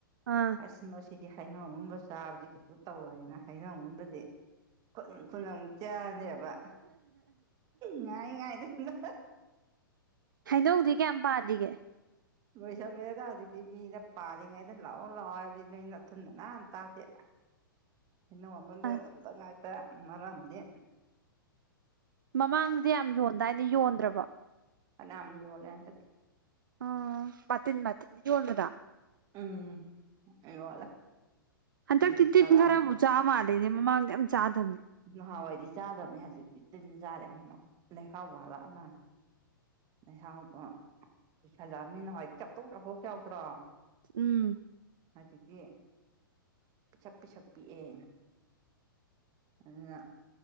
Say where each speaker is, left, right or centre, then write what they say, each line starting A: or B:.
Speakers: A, on the right (about 65°); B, on the right (about 30°).
A: ꯑꯥ
B: ꯑꯁ ꯃꯁꯤꯗꯤ ꯍꯥꯏꯅꯣꯒꯨꯝꯕ ꯆꯥꯕꯗꯨꯗꯤ ꯁꯨ ꯇꯧꯔꯣꯏꯅ ꯍꯥꯏꯩꯅꯒꯝꯕꯗꯤ ꯈꯨ ꯆꯅꯦꯕ ꯉꯥꯏ ꯉꯥꯏꯗꯅ
A: ꯍꯩꯅꯧꯗꯤ ꯀꯌꯥꯝ ꯄꯥꯔꯤꯒꯦ
B: ꯂꯣꯏꯁꯧꯃꯦꯗ ꯍꯧꯖꯤꯛꯇꯤ ꯃꯤꯗ ꯄꯥꯜꯂꯤꯉꯩꯗ ꯂꯥꯛꯑꯣ ꯂꯥꯛꯑꯣ ꯍꯥꯏꯕꯗꯤ ꯅꯣꯏ ꯅꯅꯥꯊꯤꯟꯗꯅ ꯑꯟꯇꯥꯗꯦ ꯏꯅ ꯃꯃꯟ
A: ꯑꯁ
B: ꯃꯟ ꯇꯒ ꯍꯥꯏꯥꯏꯇ ꯃꯔꯝꯅꯤ
A: ꯃꯃꯥꯡꯁꯤꯗꯤ ꯌꯥꯝ ꯌꯣꯟꯗꯥꯏꯅ ꯌꯣꯟꯗ꯭ꯔꯕ
B: ꯐꯅꯌꯥꯝ ꯌꯣꯜꯂꯦ ꯍꯟꯗꯛꯀꯤ
A: ꯎꯝ ꯃꯊꯅꯤ ꯃꯥꯊꯅꯤ ꯌꯣꯟꯟꯅꯗꯥ
B: ꯎꯝ ꯌꯣꯜꯂꯦ
A: ꯑ
B: ꯀꯦꯖꯤ
A: ꯇ ꯇꯇꯤꯟ
B: ꯇꯔꯥꯃꯨꯛ
A: ꯈꯔꯖꯥꯝ ꯃꯥꯅꯦ ꯃꯃ ꯆꯥ ꯆꯥꯗꯕꯅꯦ
B: ꯅꯍꯥꯟꯋꯥꯏꯗꯤ ꯆꯥꯗꯕꯅꯦ ꯍꯧꯖꯤꯛꯇꯤ ꯇꯨꯤꯟ ꯆꯥꯔꯦ ꯂꯩꯍꯥꯎ ꯋꯥꯂꯛ ꯃꯥꯅ ꯉꯍꯥꯎꯗꯣ ꯀꯨꯏꯁꯜꯂꯛꯑꯃꯤꯅ ꯍꯥꯏꯗꯤ ꯆꯥꯛꯊꯣꯛ ꯆꯥꯛꯊꯣꯛ ꯆꯥꯎꯎꯗ꯭ꯔꯣ
A: ꯎꯝ
B: ꯍꯧꯖꯤꯛꯇ ꯄꯤꯁꯛ ꯄꯤꯁꯛ ꯄꯤꯛꯑꯦ ꯑꯗꯨꯅ